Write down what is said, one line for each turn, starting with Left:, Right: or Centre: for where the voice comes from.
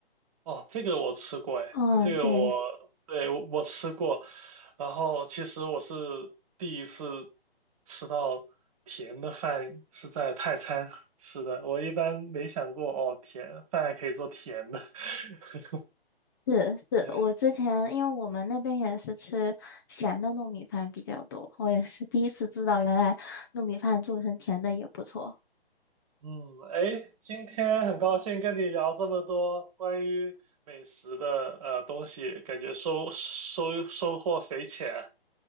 Right: 哦，这个我吃过，哎，
Left: 嗯，
Right: 这个我，
Left: 对，
Right: 对，我，我吃过。然后其实我是第一次吃到甜的饭是在泰餐吃的，我一般没想过哦，甜饭还可以做甜的。<laughs>
Left: 是是，
Right: 哎
Left: 我之前因为我们那边也是吃咸的糯米饭比较多，我也是第一次知道原来糯米饭做成甜的也不错。
Right: 嗯，哎，今天很高兴跟你聊这么多关于美食的呃东西，感觉收收收获匪浅。